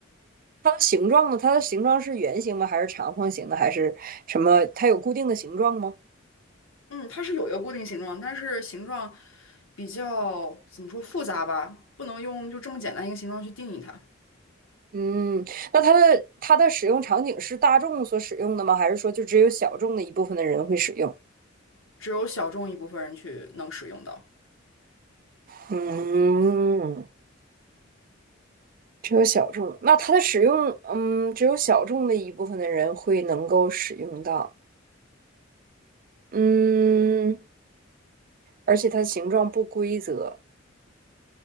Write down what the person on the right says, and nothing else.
它的形状呢？它的形状是圆形吗？还是长方形的？还是什么？它有固定的形状吗？
嗯，那它的它的使用场景是大众所使用的吗？还是说就只有小众的一部分的人会使用？
嗯，只有小众。那它的使用，嗯，只有小众的一部分的人会能够使用到。嗯，而且它的形状不规则。